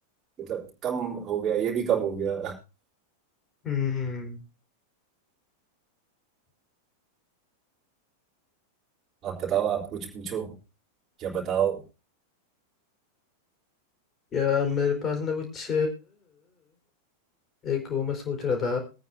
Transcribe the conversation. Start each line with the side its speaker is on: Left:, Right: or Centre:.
Right: मतलब कम हो गया ये भी कम हो गया
Left: हम्म
Right: आप बताओ आप कुछ पूछो क्या बताओ
Left: या मेरे पास ना कुछ एक वो मैं सोच रहा था